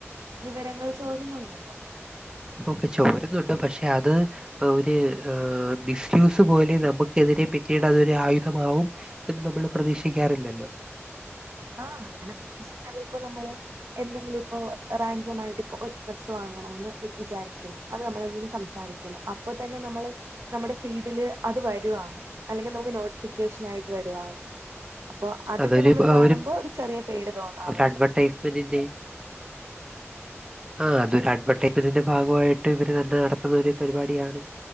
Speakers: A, on the right; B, on the right.
A: വിവരങ്ങൾ ചോരുന്നുണ്ട് <unintelligible>
B: ഓക്കെ ചോരുന്നുണ്ട് പക്ഷെ അത് ഒരു ഒ മിസ്യൂസ് പോലെ നമുക്കെതിരെ പിന്നീട് അതൊരു ആയുധമാവും എന്ന് നമ്മൾ പ്രതീക്ഷിക്കാറില്ലല്ലോ
A: ആ അങ്ങനെ പ്രതീക്ഷിക്കാതെ ഇപ്പ നമ്മള് എന്തെങ്കിലും ഇപ്പോ റാൻഡം ആയിട്ട് ഇപ്പൊ ഒരു ഡ്രസ്സ് വാങ്ങണോന്ന് വിചാരിക്കുന്നു അത് നമ്മളെങ്ങും സംസാരിക്ന്ന് അപ്പൊ തന്നെ നമ്മള് നമ്മടെ ഫീഡില് അത് വരുവാണ് അല്ലെങ്കിൽ നമുക്ക് നോട്ടിഫിക്കേഷൻ ആയിട്ട് വരുവാണ് അപ്പൊ അതൊക്കെ
B: അതൊരു
A: നമ്മൾ
B: ആ,
A: കാണുമ്പോ ഒരു ചെറിയ പേടി തോന്നാറുണ്ട്
B: അഡ്വർടൈസ്മെന്റിന്റെ ആ അതൊരു അഡ്വർറ്റയ്സ്മെന്റിന്റെ ഭാഗമായിട്ട് ഇവര് തന്നെ നടത്തുന്ന ഒരു പരിപാടിയാണ്